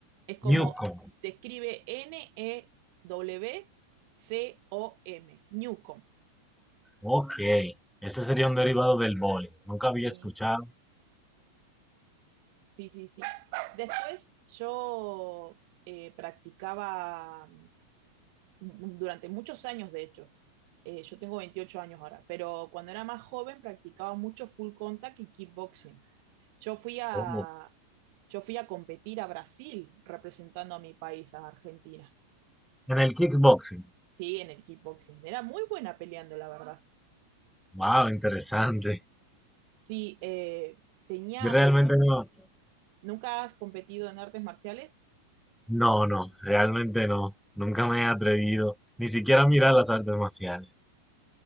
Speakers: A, on the right; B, in the centre.
A: es como
B: Newcomb.
A: se escribe N E W C O M, Newcom.
B: Ok. Ese sería un derivado del boli. Nunca había
A: Sí,
B: escuchado.
A: sí, sí, sí. Después yo eh, practicaba mm, durante muchos años, de hecho. Eh, yo tengo 28 años ahora, pero cuando era más joven practicaba mucho full contact y kickboxing. Yo fui a,
B: Oh,
A: yo fui a competir a Brasil representando a mi país, a Argentina.
B: En el kickboxing.
A: Sí, en el kickboxing. Era muy buena peleando, la verdad.
B: Wow, interesante.
A: Sí, eh, tenía
B: Yo realmente
A: aproxim-
B: no.
A: ¿Nunca has competido en artes marciales?
B: No, no, realmente no. Nunca me he atrevido ni siquiera a mirar las artes marciales.